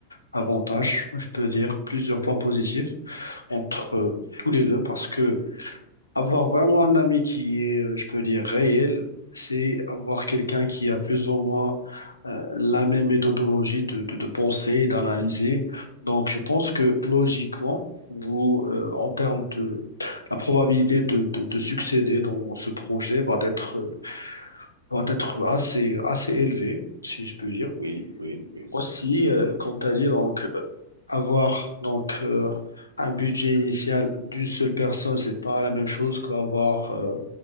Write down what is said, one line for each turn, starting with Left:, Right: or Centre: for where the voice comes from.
Left: avantages, je peux dire, plusieurs points positifs entre euh, tous les deux, parce que avoir vraiment un ami qui est, euh, je peux dire, réel, c'est avoir quelqu'un qui a plus ou moins euh, la même méthodologie de, de, de penser et d'analyser. Donc, je pense que logiquement, vous, euh, en termes de la probabilité de, de, de succéder dans ce projet va être, euh, va être assez, assez élevée, si je peux dire.
Right: Oui, oui, oui.
Left: Aussi, euh, comme tu as dit, donc, euh, avoir donc, euh, un budget initial d'une seule personne, c'est pas la même chose qu'avoir. euh,